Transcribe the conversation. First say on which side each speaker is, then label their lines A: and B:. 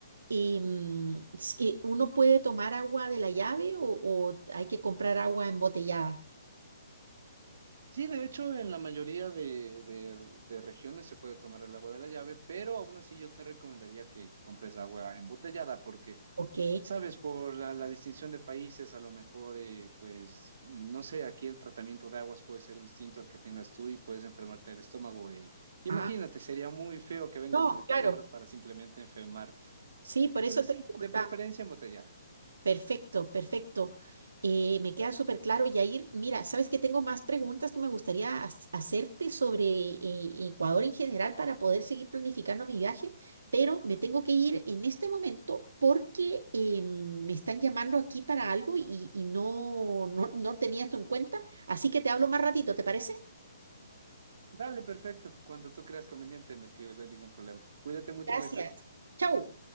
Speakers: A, on the right; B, on the right.
A: eh, mm, s- eh, ¿uno puede tomar agua de la llave o, o hay que comprar agua embotellada?
B: Sí, de hecho, en la mayoría de, de- de regiones se puede tomar el agua de la llave, pero aún así yo te recomendaría que compres agua embotellada porque,
A: Ok.
B: sabes, por la, la distinción de países, a lo mejor, eh, pues, mm, no sé, aquí el tratamiento de aguas puede ser distinto al que tengas tú y puedes enfermarte del estómago. eh. Imagínate,
A: Ah,
B: sería muy feo que vengas
A: no,
B: desde tan
A: claro.
B: lejos para simplemente enfermarte.
A: Sí, por eso
B: Entonces,
A: te
B: sí,
A: preguntaba.
B: de preferencia embotellada.
A: Perfecto, perfecto. Eh, me queda súper claro, Yair. Mira, sabes que tengo más preguntas que me gustaría hac- hacerte sobre eh, Ecuador en general para poder seguir planificando mi viaje, pero me tengo que ir en este momento porque eh, me están llamando aquí para algo y, y no, no, no tenía esto en cuenta. Así que te hablo más ratito, ¿te parece?
B: Dale, perfecto. Cuando tú creas conveniente, me escribes, no hay ningún problema. Cuídate mucho,
A: Gracias.
B: Mirza.
A: Chau.